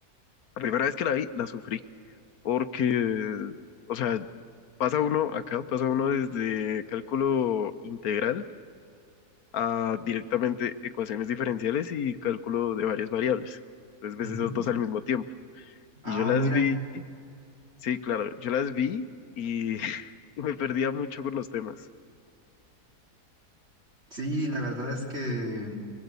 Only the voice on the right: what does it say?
Ujú.
Ah,
mira,
sí, la verdad es que